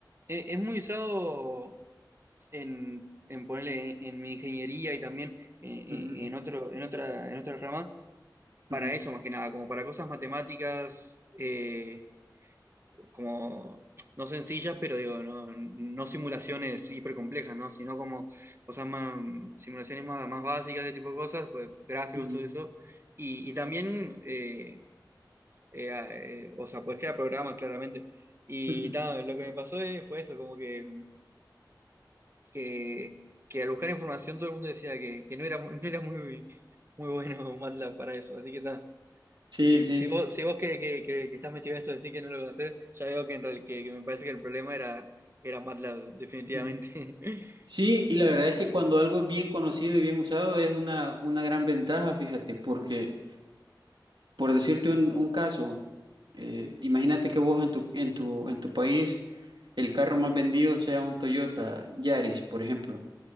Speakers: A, on the right; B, on the right.
A: e- es muy usado en, en ponerle en, en mi ingeniería y también eh, eh,
B: Ujú,
A: en otro, en otra, en otra rama, para
B: ujú,
A: eso más que nada, como para cosas matemáticas, eh, como no sencillas, pero digo, no, no simulaciones hipercomplejas, ¿no? Sino como cosas más, simulaciones más, más básicas, ese tipo de cosas, pues, gráficos,
B: ujú,
A: todo eso. Y, y también, eh, eh, ah, eh, o sea, puedes crear programas claramente. Y
B: ujú.
A: ta, lo que me pasó eh, fue eso, como que que, que al buscar información todo el mundo decía que, que no era, mu- <laughs> no era muy, muy bueno MATLAB para eso. Así que está.
B: Sí,
A: Si,
B: sí.
A: si vos, si vos que, que, que, que estás metido en esto decís que no lo conocés, ya veo que, en real- que, que me parece que el problema era, era MATLAB, definitivamente.
B: ujú.
A: <laughs>
B: Sí, y la verdad es que cuando algo es bien conocido y bien usado es una, una gran ventaja, fíjate, porque por decirte un, un caso, eh, imagínate que vos en tu, en tu, en tu país el carro más vendido sea un Toyota Yaris, por ejemplo.